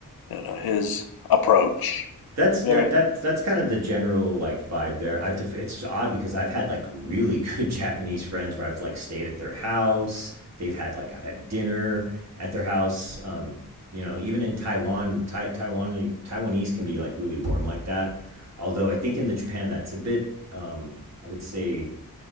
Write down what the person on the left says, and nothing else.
you know his approach.
Very